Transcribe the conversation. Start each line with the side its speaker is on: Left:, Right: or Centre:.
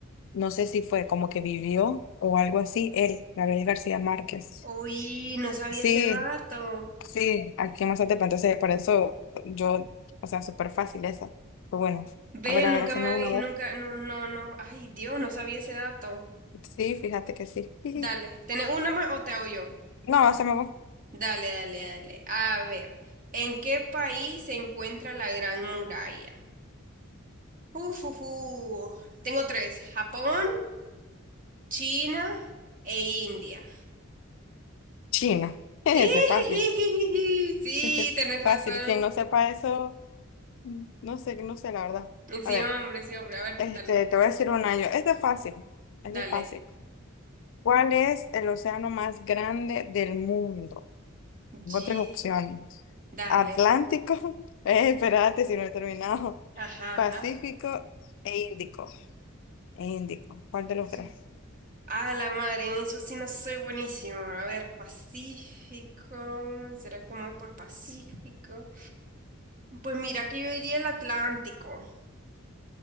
Left: no sé si fue como que vivió o algo así, él, Gabriel García Márquez.
Right: Uy, no sabía
Left: Sí,
Right: ese dato.
Left: sí, aquí en Mazatepe, entonces por eso yo, o sea, súper fácil esa. Pero bueno,
Right: Ve,
Left: a ver, a
Right: nunca
Left: ver, haceme
Right: me había,
Left: una voz.
Right: nunca, no, no, no. Ay, Dios, no sabía ese dato.
Left: Sí, fíjate que sí. <laughs>
Right: Dale, ¿tenés una más o te hago yo?
Left: No, haceme voz.
Right: Dale, dale, dale. A ver, ¿en qué país se encuentra la Gran Muralla? Uf, uf, uf. Tengo tres, Japón, China e India.
Left: China. <laughs> Ese
Right: <laughs> Ijijijiji.
Left: es fácil,
Right: Sí,
Left: ese es
Right: tenés
Left: fácil.
Right: razón.
Left: Quien no sepa eso, no sé, no sé la verdad.
Right: Sí,
Left: A ver.
Right: hombre, sí, hombre. A ver,
Left: Este,
Right: dale,
Left: te voy a decir un año este es fácil, esta
Right: dale.
Left: es fácil. ¿Cuál es el océano más grande del mundo? Tengo
Right: Ye-
Left: tres opciones.
Right: Dale.
Left: Atlántico, <laughs> eh, espérate si no he terminado.
Right: Ajá,
Left: Pacífico e Índico. E Índico. ¿Cuál de
Right: ajá.
Left: los tres?
Right: A la madre, en eso sí no soy buenísima. A ver, Pacífico. ¿Será que me voy por Pacífico? Pues mira que yo iría el Atlántico.